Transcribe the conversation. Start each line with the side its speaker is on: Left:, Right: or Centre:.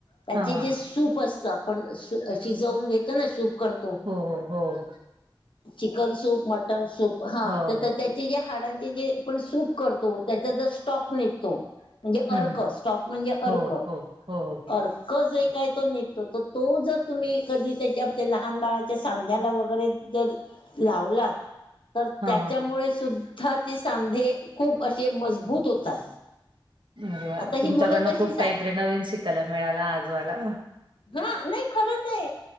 Left: त्याचे
Right: हां, हां.
Left: जे सूप असत आपण शिजवून घेतो ना सूप करतो
Right: हो, हो, हो.
Left: चिकन सूप, मटन सूप हा.
Right: हो,
Left: तर
Right: हो.
Left: त्याचे जे हाडांचे जे आपण सूप करतो त्याचा जर स्टॉक निघतो. म्हणजे
Right: हं,
Left: अर्क
Right: हं.
Left: स्टॉक म्हणजे अर्क,
Right: हो, हो. हो, हो.
Left: अ कज जे आहे काय तो निघतो तर तो जर तुम्ही कधी त्याच्या लहान बाळाच्या सांध्याला वगैरे जर लावलात तर
Right: हां,
Left: त्यांच्यामुळे
Right: हां.
Left: सुद्धा ते सांधे खूप असे मजबूत होतात.
Right: अरे वा
Left: आता
Right: तुमच्याकडनं
Left: ही मुलं कशी
Right: खूप
Left: सा
Right: काही तरी नवीन शिकायला मिळाल आज मला.
Left: हा नाही खरंच आहे.